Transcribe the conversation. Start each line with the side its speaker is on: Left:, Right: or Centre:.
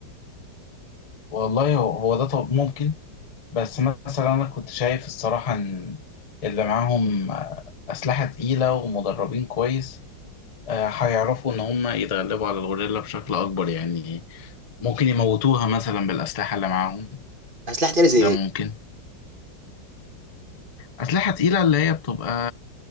Left: والله هو هو ده طب ممكن بس مثلا أنا كنت شايف الصراحة إن اللي معاهم آه، أسلحة تقيلة ومدربين كويس آه، هيعرفوا إن هم يتغلبوا على الغوريلا بشكل أكبر يعني ممكن يموتوها مثلا بالأسلحة اللي معاهم
Right: أسلحة تانية زي
Left: ده
Right: إيه؟
Left: ممكن أسلحة تقيلة اللي هي بتبقى